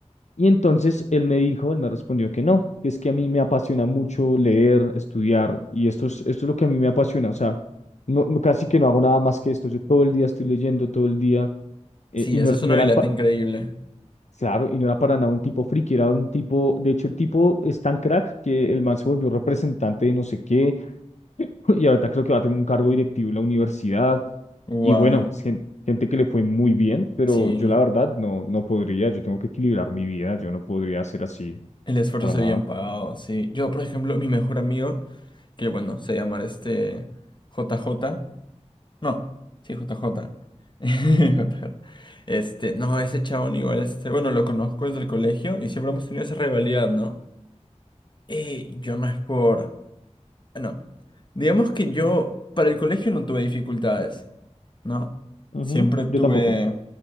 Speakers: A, on the left; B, on the left.
A: Y entonces él me dijo, él me respondió que no, que es que a mí me apasiona mucho leer, estudiar, y esto es, esto es lo que a mí me apasiona, o sea, no, no- casi que no hago nada más que esto, yo todo el día estoy leyendo, todo el día, eh,
B: Sí,
A: y
B: esa
A: no,
B: es
A: no
B: una
A: eran
B: habilidad
A: pa-
B: increíble.
A: Claro, y no era para nada un tipo friki, era un tipo, de hecho el tipo es tan crack que el man se volvió representante de no sé qué, <laughs> y ahorita creo que va a tener un cargo directivo en la universidad,
B: Wow.
A: y bueno, gen- gente que le fue muy bien, pero
B: Sí.
A: yo la verdad no, no podría, yo tengo que equilibrar mi vida, yo no podría ser así,
B: El esfuerzo
A: para
B: se
A: nada.
B: ve bien pagado, sí. Yo, por ejemplo, mi mejor amigo, que bueno, se llama este J J No, sí, J J <laughs> J J. Este, no, ese chabón igual, este, bueno, lo conozco desde el colegio y siempre hemos tenido esa rivalidad, ¿no? Eh, yo no es por... no Digamos que yo para el colegio no tuve dificultades, ¿no?
A: Ujú,
B: Siempre tuve
A: Yo tampoco.